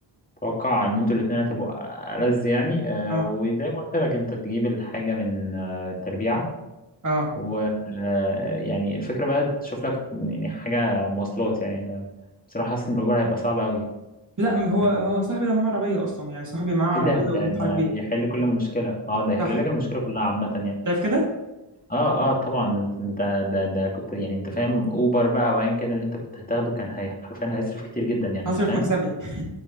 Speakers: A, on the left (about 20°); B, on the right (about 40°).
A: اتوقع ان انتوا الاتنين هتبقوا ألذ يعني آه،
B: اه
A: وزي ما قلت لك انت تجيب الحاجة من آه، التربيعة
B: اه
A: و آه، يعني الفكرة بقى تشوف لك يعني حاجة مواصلات يعني أنا بصراحة حاسس ان الاوبر هيبقى صعب قوي
B: لا ما هو
A: إنك-
B: هو صاحبي ده معاه عربية اصلا يعني صاحبي معاه
A: ايه
B: عربية
A: ده ده
B: وبنتحرك
A: ده
B: بيها
A: يحل كل المشكلة اه ده يحل
B: صح
A: لك المشكلة كلها عامة يعني
B: شايف كده
A: اه اه طبعا انت انت- ده ده كنت يعني انت فاهم اوبر بقى وايا كان اللي انت كنت هتاخده كان هي حرفيا هيصرف كتير جدا يعني
B: هصرف
A: انت فاهم
B: مكسبي <laughs>